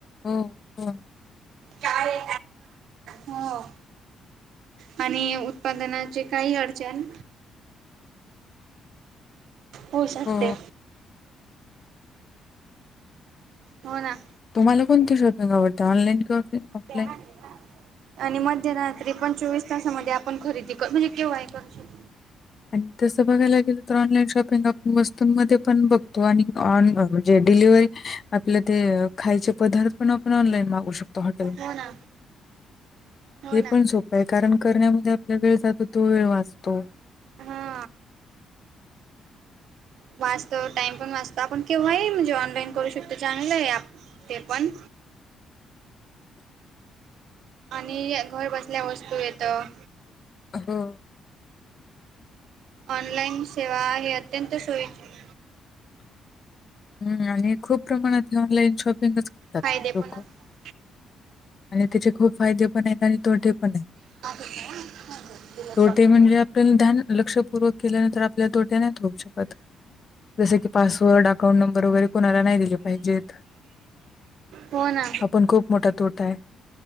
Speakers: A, on the left; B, on the right.
A: हो हो.
B: काय हो. आणि उत्पादनाचे काही अडचण होऊ शकते.
A: हो
B: हो ना.
A: तुम्हाला कोणती शॉपिंग आवडते ऑनलाईन ऑफ ऑफलाईन?
B: म ह ना. आणि मध्यरात्री पण चोवीस तासामध्ये आपण खरेदी करन हे केव्हाही करू शकतो.
A: आणि तसं बघायला गेलो तर ऑनलाईन शॉपिंग आपण वस्तूंमध्ये पण बघतो आणि ऑन म्हणजे डिलव्हरी आपल्या ते खायचे पदार्थ पण आपण ऑनलाईन मागू शकतो हॉटेल
B: हो ना हो
A: हे
B: ना.
A: पण सोप काय कारण करण्यामध्ये आपला वेळ जातो तो वेळ वाचतो.
B: हा. वाचत टाइम पण वाजत आपण केव्हा आहे म्हणजे ऑनलाईन करू शकतो चांगलं आहे ते पण आणि घर बसल्या वस्तू येतं.
A: ह हो.
B: ऑनलाइन सेवा हे अत्यंत सोयीची
A: हम्म आणि खूप प्रमाणात ऑनलाईन शॉपिंगच करतात
B: फायदे
A: लोक.
B: पण असतात.
A: आणि त्याचे खूप फायदे पण आहेत आणि तोटे पण आहेत.
B: <unintelligible>
A: तोटे म्हणजे लक्षपूर्वक केल्यानंतर आपल्या तोट्या होऊ शकत ज की पासवर्ड अकाउंट नंबर वगैरे कोणाला नाही दिले पाहिजेत आपण
B: हो ना
A: हा पण खूप मोठा तोट आहे. <unintelligible>